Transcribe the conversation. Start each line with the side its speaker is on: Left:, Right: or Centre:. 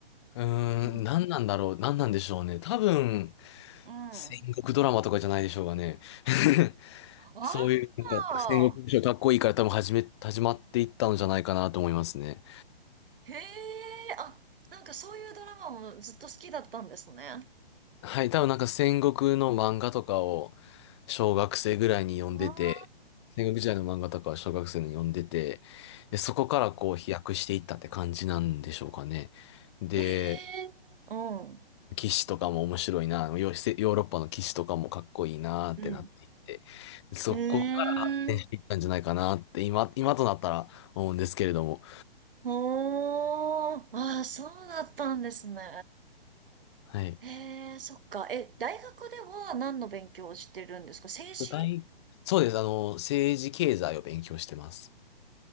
Left: うーん、
Right: うん。
Left: 何なんだろう、何なんでしょうね。多分、
Right: うん。
Left: 戦国ドラマとかじゃないでしょうかね。<laughs>
Right: あ
Left: そういう、なんか、
Right: あ、
Left: 戦国武将かっこいいから多分始め、始まっていったんじゃないかなと思いますね。
Right: へえ、あ、なんかそういうドラマもずっと好きだったんですね。あ
Left: はい、多分なんか戦国の漫画とかを小学生ぐらいに読んでて、
Right: あ。
Left: 戦国時代の漫画とかは小学生に読んでて、で、そこからこう飛躍していったって感じなんでしょうかね。で、
Right: へえ、うん。
Left: 騎士とかも面白いな、ヨ、ヨーロッパの騎士とかもかっこいいなってなっていって、
Right: うん。
Left: そこから発展していったんじゃないかなって今、
Right: うーん。
Left: 今となったら思うんですけれども。
Right: ほー。ああ、そうだったんですね。
Left: はい。
Right: へえ、そっか。え、大学では何の勉強をしてるんですか政治
Left: 具体、そうです。あの、政治経済を勉強してます。